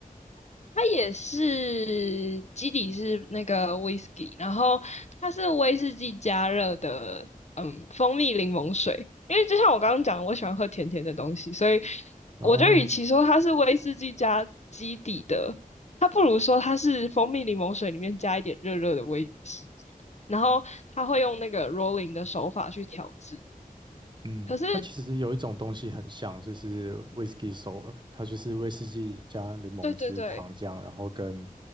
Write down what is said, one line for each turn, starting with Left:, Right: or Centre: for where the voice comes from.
Left: 它也是基底是那个威士忌，然后它是威士忌加热的，嗯，蜂蜜柠檬水。因为就像我刚刚讲，我喜欢喝甜甜的东西，所以
Right: 然后，
Left: 我觉得与其说它是威士忌加基底的，它不如说它是蜂蜜柠檬水里面加一点热热的威士忌，然后它会用那个 rolling 的手法去调制。
Right: 嗯，
Left: 可是，
Right: 那其实有一种东西很像，就是 Whisky Sour，它就是威士忌加柠檬汁、
Left: 对对对，
Right: 糖浆，然后跟